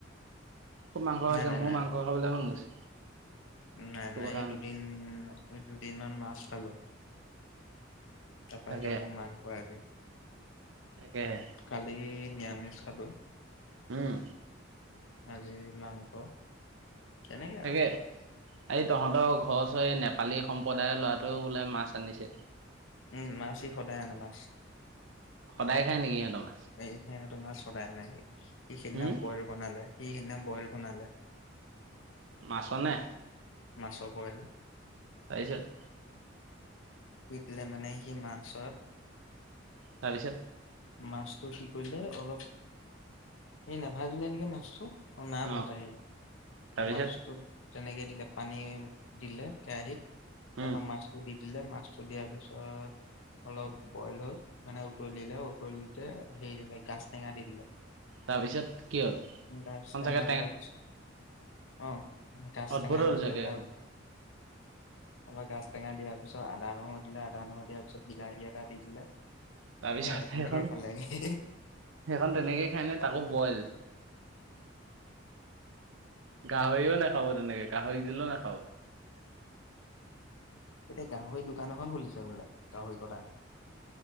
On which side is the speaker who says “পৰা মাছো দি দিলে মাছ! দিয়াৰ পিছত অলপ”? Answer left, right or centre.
Left